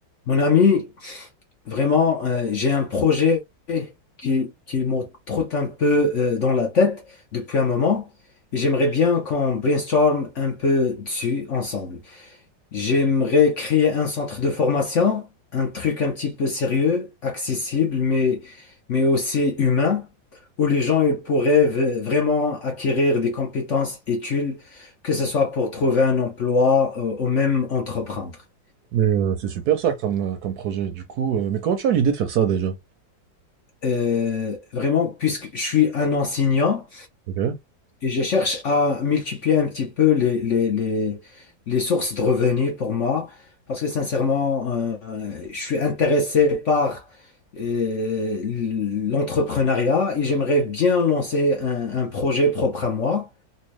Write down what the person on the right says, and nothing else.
Mais euh, c'est super ça comme, euh, comme projet. Du coup, euh, mais comment tu as l'idée de faire ça déjà?
Ok,